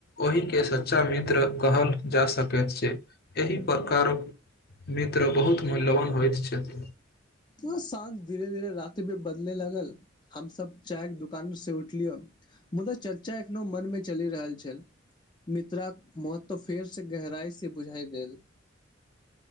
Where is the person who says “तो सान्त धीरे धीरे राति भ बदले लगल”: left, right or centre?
Left